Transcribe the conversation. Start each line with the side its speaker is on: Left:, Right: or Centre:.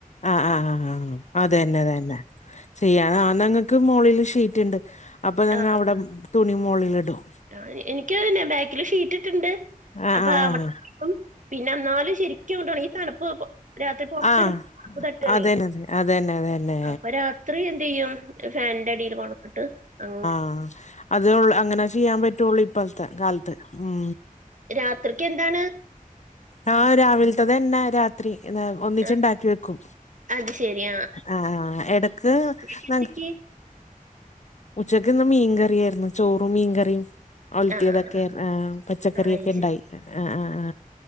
Left: ആഹ് ആ ആ ആ അതെന്നെ തന്നെ ചെയ്യാ ആ ഞങ്ങക്ക് മോളില് ഷീറ്റ്ണ്ട് അപ്പൊ ഞങ്ങ
Right: ആ
Left: അവടെ തുണിമോളില്ടും
Right: ആ എനിക്ക് ഇതന്നെ ബാക്കില് ഷീറ്റ്ട്ട്ണ്ട്.
Left: ആഹ്
Right: അപ്പൊ
Left: ആഹ്
Right: അവെടെ ചിക്കും. പിന്നെ ന്നാലും ശരിക്കങ്ങോട്ട് ഒണങ്ങി ഈ തണുപ്പ് രാത്രി പൊർത്ത്ടു
Left: ആഹ്
Right: മ്പോ തണുപ്പ് തട്ടാണേ
Left: അതന്നെ അതെ അതന്നെ അതന്നെ
Right: അപ്പ രാത്രിയെന്തെയ്യും ഫാനിന്റെ അടീല് കൊ ണ്ടിട്ട് അങ്ങനെ
Left: ആ അതേ ഒള് അങ്ങനെ ചെയ്യാ പറ്റുവൊള്ളൂ ഇപ്പഴത്തെ കാലത്ത്. ഉം
Right: രാത്രിക്കെന്താണ്?
Left: ആ രാവിൽത്തെതെനെ രാത്രി, ഒന്നിച്ചൊണ്ടാക്കി
Right: ആ,
Left: വെക്കും.
Right: അത് ശെരി അ
Left: ആഹ് എടക്ക്
Right: ചേച്ചിക്ക്
Left: നങ്ക് ഉച്ചക്ക്ന്ന് മീകറിയായിരുന്നു. ചോറും, മീൻകറിയും. ഒൽത്തിയതൊക്കെ
Right: ആ ആ
Left: ആഹ് പച്ചക്കറിയൊക്കെണ്ടായി
Right: ആ, അത് ശരി
Left: ആ ആ ആ